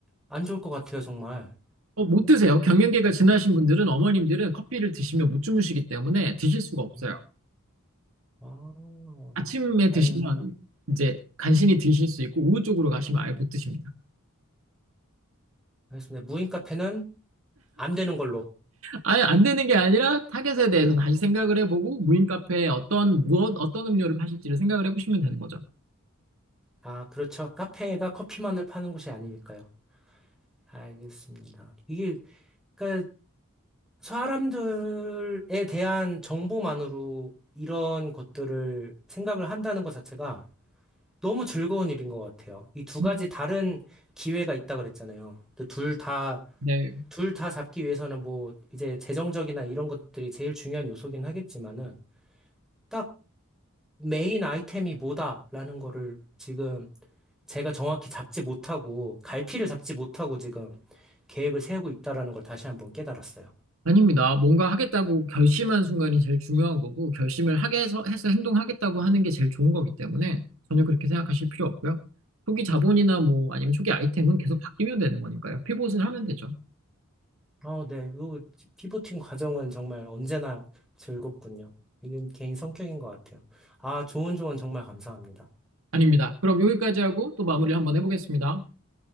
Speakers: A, in the centre; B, on the right.
A: 안 좋을 것 같아요, 정말.
B: 어, 못 드세요. 경련기가 지나신 분들은 어머님들은 커피를 드시면 못 주무시기 때문에 드실 수가 없어요.
A: 음. 아,
B: 아침에
A: 아유,
B: 드시면 이제 간신히 드실 수 있고 오후 쪽으로 가시면 아예 못 드십니다.
A: 알겠습니다. 무인 카페는 안 되는 걸로.
B: 아예 안 되는 게 아니라 타겟에 대해서 다시 생각을 해보고 무인 카페에 어떤 무엇 어떤 음료를 파실지를 생각을 해보시면 되는 거죠.
A: 아, 그렇죠. 카페가 커피만을 파는 곳이 아니니까요. 알겠습니다. 이게, 그러니까 사람들에 대한 정보만으로 이런 것들을 생각을 한다는 것 자체가 너무 즐거운 일인 것 같아요. 이 두
B: 음.
A: 가지 다른 기회가 있다 그랬잖아요. 둘 다,
B: 네.
A: 둘 다 잡기 위해서는 뭐 이제 재정적이나 이런 것들이 제일 중요한 요소긴 하겠지만은 딱 메인 아이템이 뭐다라는 거를 지금 제가 정확히 잡지 못하고 갈피를 잡지 못하고 지금 계획을 세우고 있다라는 걸 다시 한번 깨달았어요.
B: 아닙니다. 뭔가 하겠다고 결심한 순간이 제일 중요한 거고, 결심을 하게 해서, 해서 행동하겠다고 하는 게 제일 좋은 거기 때문에 전혀 그렇게 생각하실 필요 없고요. 초기 자본이나 뭐 아니면 초기 아이템은 계속 바뀌면 되는 거니까요. 피봇을 하면 되죠.
A: 어, 네. 요 피보팅 과정은 정말 언제나 즐겁군요. 이건 개인 성격인 것 같아요. 아, 좋은 조언 정말 감사합니다.
B: 아닙니다. 그럼 여기까지 하고 또 마무리 한번 해보겠습니다.